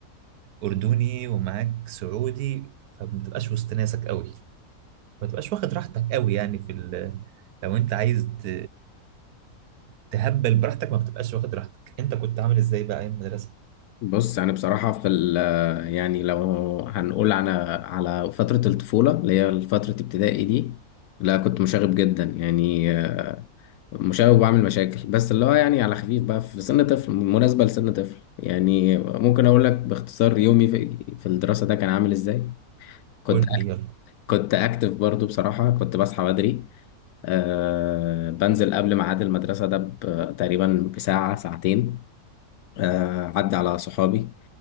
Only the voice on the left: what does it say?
بص يعني بصراحة في ال آه، يعني لو هنقول على على فترة الطفولة اللي هي فترة ابتدائي دي لا كنت مشاغب جدا يعني مشاغب وبعمل مشاكل بس اللي هو يعني على خفيف بقى في سن طفل مناسبة لسن طفل يعني ممكن اقول لك باختصار يومي في في الدراسة ده كان عامل ازاي كنت
كنت اكتف برضو بصراحة كنت بصحى بدري آه بنزل قبل ميعاد المدرسة ده ب- تقريبا بساعة ساعتين آه عدي على صحابي